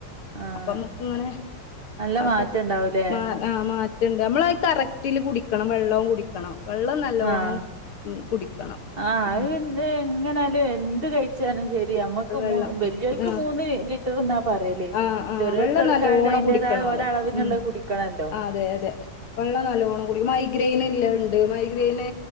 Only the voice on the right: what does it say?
ആഹ്
നല്ല
മാറ്റം
ഉണ്ടാവൂലേ
ആഹ്
ആഹ്
അത് എങ്ങനായാലും എന്ത്കഴിച്ചാലും ശെരി അമ്മക്ക്
മൂ വെല്ല്യോൽക്ക്
മൂന്ന് ലി റ്ററ് എന്നാ പറയല്
ചെറിയ
കുട്ട്യോൾക്കായാലും
ഐന്റേതായ
ഓലഅളവ്ന്ള്ളത്
കുടിക്കണല്ലോ